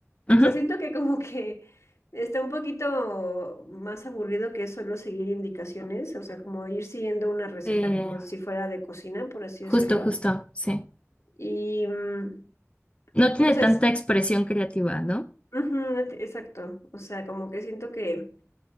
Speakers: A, on the left; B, on the left.
A: ujú.
B: O sea, siento que como que está un poquito más aburrido que solo seguir indicaciones, o sea, como ir siguiendo una receta
A: Eh,
B: como si fuera de cocina, por así
A: justo,
B: decirlo.
A: justo, sí.
B: Y mm,
A: No tiene
B: no sé,
A: tanta
B: es-
A: expresión creativa, ¿no?
B: ujú, et- exacto. O sea, como que siento que,